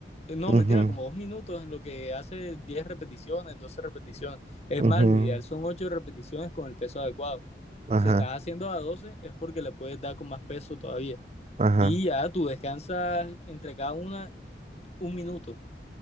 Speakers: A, on the left (about 35°); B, on the right (about 35°).
A: Eh, No,
B: Ujú,
A: mentira, como dos minutos en lo que hace 10 repeticiones, 12 repeticiones. Es
B: ujú,
A: más, lo ideal son 8 repeticiones con el peso adecuado.
B: Ajá,
A: Si estás haciendo a 12 es porque le puedes dar con más peso todavía.
B: ajá.
A: Y ya tú descansas entre cada una un minuto.